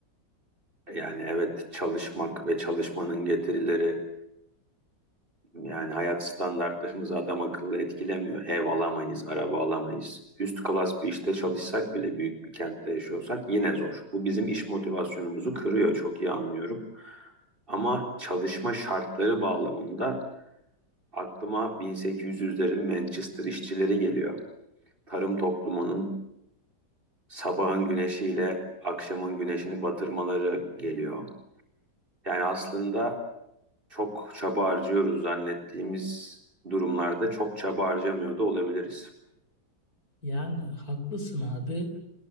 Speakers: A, on the right; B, on the left.
A: Yani evet çalışmak ve çalışmanın getirileri Yani hayat standartlarımızı adam akıllı etkilemiyor. Ev alamayız, araba alamayız. Üst klas bir işte çalışsak bile büyük bir kentte yaşıyorsak yine zor. Bu bizim iş motivasyonumuzu kırıyor, çok iyi anlıyorum. Ama çalışma şartları bağlamında aklıma 1800'lerin Manchester işçileri geliyor. Tarım toplumunun sabahın güneşiyle akşamın güneşini batırmaları geliyor. Yani aslında çok çaba harcıyoruz zannettiğimiz durumlarda çok çaba harcamıyor da olabiliriz.
B: Yani haklısın abi.